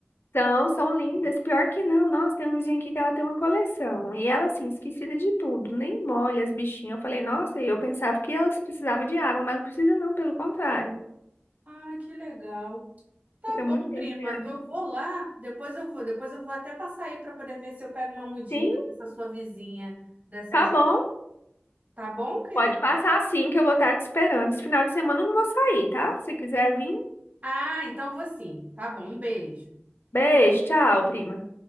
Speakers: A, on the left; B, on the right.
A: Então, são lindas. Pior que não, nossa, tem um vizinho aqui que ela tem uma coleção. E ela, assim, esquecida de tudo, nem molha as bichinhas. Eu falei, nossa, eu pensava que elas precisavam de água, mas não precisa não, pelo contrário.
B: Ah, que legal. Tá
A: Fica
B: bom,
A: muito tempo
B: prima.
A: sem água.
B: Eu vou lá, depois eu vou, depois eu vou até passar aí para poder ver se eu pego uma mudinha
A: Sim,
B: dessa sua vizinha, dessas.
A: tá bom.
B: Tá bom, querido?
A: Pode passar assim que eu vou estar te esperando. Esse final de semana eu não vou sair, tá? Se quiser vir,
B: Ah, então vou sim. Tá bom, um beijo.
A: beijo, tchau, prima.